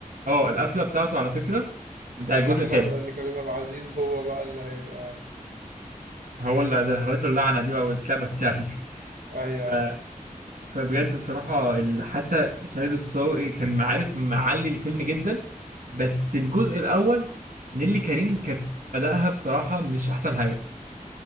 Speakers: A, on the right; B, on the right.
A: اه القفلة بتاعته على فكرة بتاع
B: إن
A: الجزء
B: أحمد
A: التالت
B: إن كريم عبد العزيز هو بقى اللي هيبقى
A: هو اللي دخلته اللعنة دي او اتلبس يعني <laughs>
B: أيوه
A: ف... فبجد بصراحة ال... حتى خالد الصاوي كان عارف معلي الفيلم جدا بس الجزء الأول نيللي كريم كانت أداءها بصراحة مش أحسن حاجة